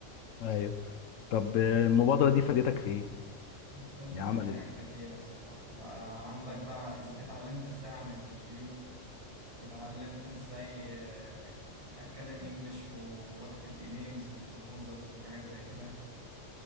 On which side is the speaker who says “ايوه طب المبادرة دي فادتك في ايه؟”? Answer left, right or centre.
Left